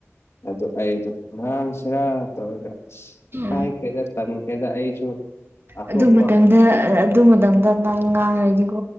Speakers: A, on the left; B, on the right.
A: ꯑꯗꫭ ꯑꯩꯗꯤ ꯉꯥꯡꯁꯤꯔꯥ ꯇꯧꯔꯒ ꯁ
B: ꯎꯝ
A: ꯏꯀꯥꯏꯈ꯭ꯔꯦꯗ ꯇꯟꯈ꯭ꯔꯦꯗ ꯑꯩꯁꯨ ꯑꯇꯣꯞꯄ
B: ꯑꯗꯨ ꯃꯇꯝꯗ ꯑꯗꯨ ꯃꯇꯝꯗ ꯅꯪ ꯉꯥꯡꯔꯗꯤꯀꯣ